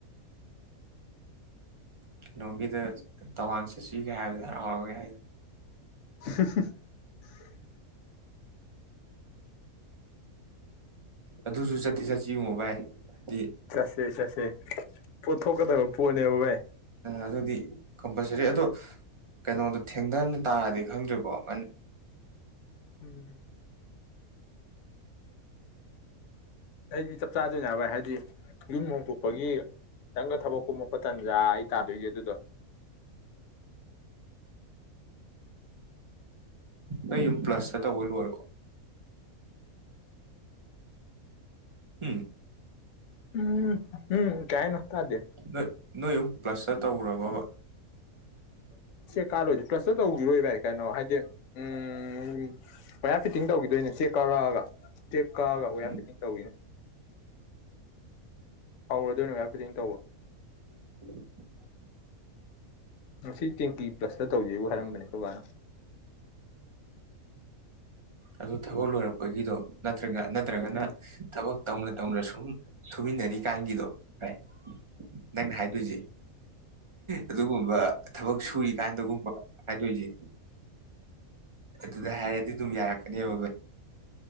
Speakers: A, on the right (about 25°); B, on the left (about 65°).
A: ꯀꯩꯅꯣꯒꯤꯗ ꯇꯋꯥꯡ ꯆꯠꯁꯤꯒꯩ ꯍꯥꯏꯕꯗ ꯍꯔꯥꯎꯔꯒꯦ ꯍꯥꯏꯗꯣ
B: <inaudible>
A: ꯑꯗꯨꯁꯨ ꯆꯠꯁꯤ ꯆꯠꯁꯤ ꯌꯦꯡꯉꯣ ꯚꯥꯏ ꯍꯥꯏꯗꯤ
B: ꯁꯠꯁꯦ ꯁꯠꯁꯦ ꯄꯣꯠꯊꯣꯛꯀꯗꯕ ꯄꯣꯠꯅꯦꯕ ꯚꯥꯏ
A: ꯑꯗꯨꯗꯤ ꯀꯝꯄꯜꯁꯔꯤ ꯑꯗꯣ ꯀꯩꯅꯣꯗꯣ ꯊꯦꯡꯊꯅ ꯇꯥꯔꯗꯤ ꯈꯪꯗ꯭ꯔꯤꯕꯣ ꯉ
B: ꯎꯝ ꯑꯩꯗꯤ ꯆꯞ ꯆꯥꯗꯅꯦ ꯍꯥꯏ ꯚꯥꯏ ꯍꯥꯏꯗꯤ ꯌꯨꯝ ꯍꯣꯡꯗꯣꯛꯄꯒꯤ ꯈꯤꯇꯪꯒ ꯊꯕꯛ ꯀꯨꯝꯃꯛꯄ ꯇꯟꯖꯥ ꯑꯩ ꯇꯥꯗꯣꯏꯒꯦ ꯑꯗꯨꯗꯣ
A: ꯅꯣꯏ ꯌꯨꯝ ꯄ꯭ꯂꯁꯇ ꯇꯧꯕ ꯂꯣꯏꯔꯕꯣ ꯎꯝ
B: ꯎꯝ ꯍꯝ ꯀꯌꯥꯏ ꯅ ꯊꯗꯦ
A: ꯅꯣꯏ ꯅꯣꯏ ꯌꯨꯝ ꯄ꯭ꯂꯁꯇ ꯇꯧꯔꯕꯕ
B: ꯀꯥꯂꯣꯏꯗꯤ ꯄ꯭ꯂꯁꯇ ꯇꯧꯈꯤꯔꯣꯏ ꯚꯏ ꯀꯩꯅꯣ ꯍꯥꯏꯗꯤ ꯎꯝ ꯄꯨꯔꯥ ꯐꯤꯠꯇꯤꯡ ꯇꯧꯈꯤꯗꯣꯏꯅꯦ ꯆꯦꯛ ꯀꯧꯔꯛꯑꯒ ꯀꯥꯒ ꯑꯣꯌꯥ
A: ꯎꯝ
B: ꯐꯤꯠꯇꯤꯡ ꯇꯧꯋꯤꯅꯦ ꯍꯧꯔꯣ ꯑꯗꯨꯏ ꯅꯨꯅꯨꯡ ꯍꯥꯏꯥꯏꯐꯗꯤꯡ ꯇꯧꯕ
A: <inaudible>
B: ꯃꯁꯤ ꯇꯦꯡꯀꯤ ꯄ꯭ꯂꯁꯇ ꯇꯧꯒꯦꯕꯨ ꯍꯥꯏꯔꯝꯕꯅꯦ ꯕꯥꯅ
A: ꯑꯗꯨ ꯊꯕꯛ ꯂꯣꯏꯔꯛꯄꯒꯤꯗꯣ ꯅꯠꯇ꯭ꯔꯒ ꯅꯠꯇ꯭ꯔꯒꯅ
B: ꯎꯝ
A: ꯊꯕꯛ ꯇꯧꯅ ꯇꯧꯅ ꯁꯨꯝ ꯁꯨꯃꯤꯟꯅꯔꯤꯀꯥꯟꯒꯤꯗꯣ ꯍꯥꯏ ꯅꯪꯅ ꯍꯥꯏꯗꯣꯏꯁꯦ ꯑꯗꯨꯒꯨꯝꯕ ꯊꯕꯛ ꯁꯨꯔꯤ ꯀꯥꯟꯗꯒꯨꯝꯕ ꯍꯥꯏꯗꯣꯏꯁꯦ꯫ ꯑꯗꯨꯗ ꯍꯥꯏꯔꯗꯤ ꯑꯗꯨꯝ ꯌꯥꯔꯛꯀꯅꯦꯕ